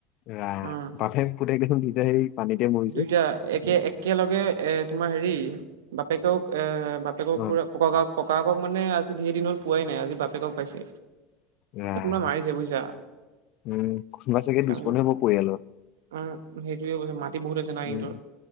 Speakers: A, on the left; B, on the right.
A: ৰাম
B: উম।
A: বাপেক পুতেক দেখোন দুইটা সেই পানীতে মৰিছে
B: দুইটা। একে একেলগে, এ তোমাৰ হেৰি বাপেকেও এ বাপেকক
A: অ
B: পুৰা, ককা- ককাকক মানে আজি ধেৰ দিন হল পোৱাই নাই। আজি বাপেকক পাইছে।
A: ৰাম
B: এ কোনোবা মাৰিছে বুজিছা।
A: উম, কোনোবা চাগে
B: কাৰণ
A: দুস্মনে হ'ব পৰিয়ালৰ।
B: উম, সেইটোয়ে কৈছে মাটি বহুত আছে না সিহঁতৰ
A: উম।